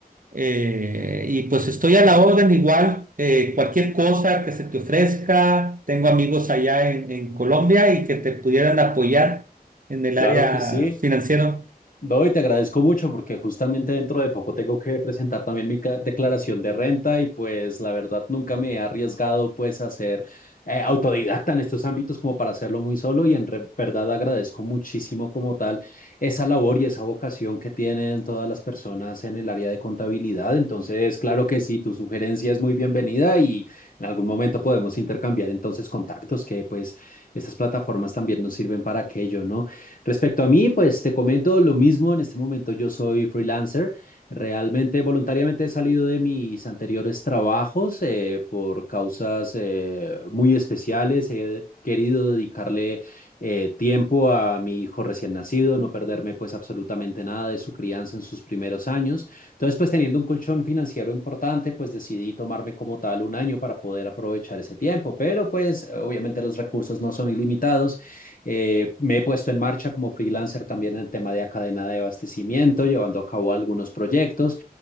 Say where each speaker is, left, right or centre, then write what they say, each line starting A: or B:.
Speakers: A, on the right; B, on the left.
A: Eh, y pues estoy a la orden igual, eh, cualquier cosa que se te ofrezca, tengo amigos allá en, en Colombia y que te pudieran apoyar en el
B: Claro
A: área
B: que sí.
A: financiera.
B: No, y te agradezco mucho porque justamente dentro de poco tengo que presentar también mi ca- declaración de renta y pues la verdad nunca me he arriesgado pues a ser eh, autodidacta en estos ámbitos como para hacerlo muy solo y en re- verdad agradezco muchísimo como tal esa labor y esa vocación que tienen todas las personas en el área de contabilidad. Entonces, claro que sí, tu sugerencia es muy bienvenida y en algún momento podemos intercambiar entonces contactos que pues estas plataformas también nos sirven para aquello, ¿no? Respecto a mí, pues te comento lo mismo. En este momento yo soy freelancer. Realmente, voluntariamente he salido de mis anteriores trabajos eh, por causas eh, muy especiales. He querido dedicarle eh, tiempo a mi hijo recién nacido, no perderme pues absolutamente nada de su crianza en sus primeros años. Entonces, pues teniendo un colchón financiero importante, pues decidí tomarme como tal un año para poder aprovechar ese tiempo. Pero pues obviamente los recursos no son ilimitados. Eh, me he puesto en marcha como freelancer también en el tema de cadena de abastecimiento, llevando a cabo algunos proyectos